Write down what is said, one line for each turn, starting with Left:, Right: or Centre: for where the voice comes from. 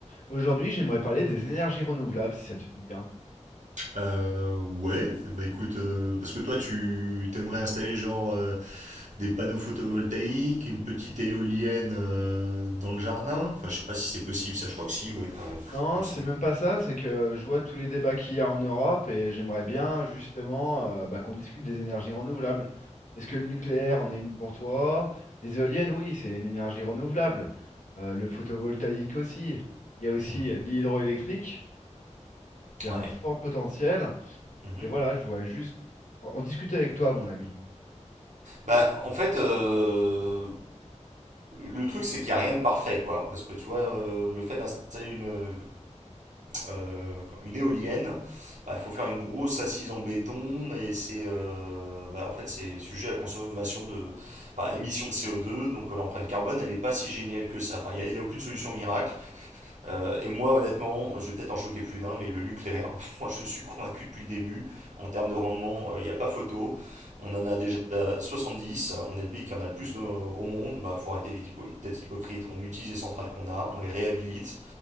Left: Aujourd'hui, j'aimerais parler des énergies renouvelables, si ça te dit bien.
Right: Euh, ouais, bah écoute, euh, parce que toi tu t'aimerais installer genre euh, des panneaux photovoltaïques, une petite éolienne euh, dans le jardin. Enfin, je sais pas si c'est possible, ça je crois que si, ouais, quand même,
Left: Non,
Right: il me semble.
Left: c'est même pas ça, c'est que je vois tous les débats qu'il y a en Europe et j'aimerais bien justement euh, bah, qu'on discute des énergies renouvelables. Est-ce que le nucléaire en est une pour toi? Les éoliennes, oui, c'est une énergie renouvelable. Euh, le photovoltaïque aussi. Il y a aussi
Right: Mm.
Left: l'hydroélectrique qui a
Right: Ouais.
Left: un fort potentiel.
Right: Mhm.
Left: Et voilà, je voudrais juste en en discuter avec toi, mon ami.
Right: Bah en fait, euh, le truc, c'est qu'il n'y a rien de parfait, quoi. Parce que tu vois, euh, le fait d'installer une, euh, euh, une éolienne, bah, il bah, faut faire une grosse assise en béton et c'est euh, bah, en fait c'est sujet à consommation de bah, émission de CO2, donc euh, l'empreinte carbone elle n'est pas si géniale que ça. Enfin, il n'y a, y a aucune solution miracle. Euh, et moi, honnêtement, je vais peut-être en choquer plus d'un, mais le nucléaire, <laughs> moi je suis convaincu depuis le début. En termes de rendement, euh, il n'y a pas photo. On en a déjà 70. On est le pays qui en a le plus de- au monde. Bah, faut arrêter d'être d'être hypocrite. On utilise les centrales qu'on a, on les réhabilite.